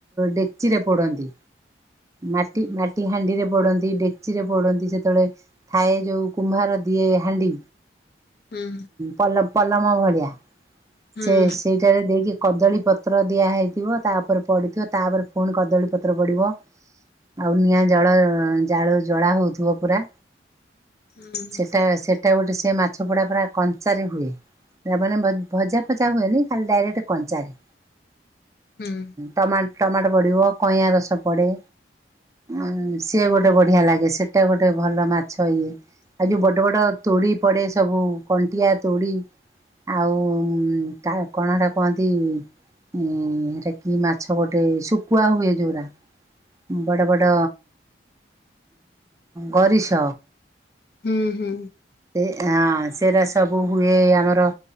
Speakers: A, on the right (about 15°); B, on the left (about 60°).
A: ଡେକ୍ଚିରେ ପୋଡ଼ନ୍ତି ମାଟି
B: ହୁଁ
A: ମାଟି ହାଣ୍ଡିରେ ପୋଡ଼ନ୍ତି, ଡେକ୍ଚିରେ ପୋଡ଼ନ୍ତି ସେତେବେଳେ ଥାଏ ଯୋଉ କୁମ୍ଭାର ଦିଏ ହାଣ୍ଡି
B: ହୁଁ
A: ପଲ ପଲମ ଭଳିଆ
B: ହୁଁ
A: ସେ
B: ହୁଁ
A: ସେଇଟାରେ ଦେଇକି କଦଳୀ ପତ୍ର ଦିଆହେଇଥିବ ତାପରେ ପଡ଼ିଥିବ ତାପରେ ପୁଣି କଦଳୀ ପତ୍ର ପଡ଼ିବ। ଆଉ ନିଆଁ ଜଳ ଜାଳ ଜଳା ହଉଥିବ ପୁରା।
B: ହୁଁ
A: ସେଟା ସେଟା ଗୋଟେ ସେ ମାଛ ପଡ଼ା ପୁରା କଞ୍ଚାରେ ହୁଏ। ମାନେ ଭଜା ଫଜା ହୁଏନି ଖାଲି ଡାଇରେକ୍ଟ କଞ୍ଚାରେ।
B: ହୁଁ।
A: ଟମା ଟମାଟୋ ପଡ଼ିବ କଇଁଆ ରସ ପଡ଼େ ଉ ସିଏ ଗୋଟେ ବଢ଼ିଆ ଲାଗେ ସେଟା ଗୋଟେ ଭଲ ମାଛ ଇଏ ଆଉ ଯୋଉ ବଡ଼ ବଡ଼ ତୋଡ଼ି ପଡ଼େ ସବୁ। କଣ୍ଟିଆ, ତୋଡ଼ି ଆଉ କା କଣା ଟା କୁହନ୍ତି ଉଁ ହେଟା କି ମାଛ ଗୋଟେ ଶୁକୁଆ ହୁଏ ଜଉରା। ବଡ଼ ବଡ଼ ଗରିସ
B: ହୁଁ ହୁଁ।
A: ସେ ହଁ ସେରା ସବୁ ହୁଏ ଆମର।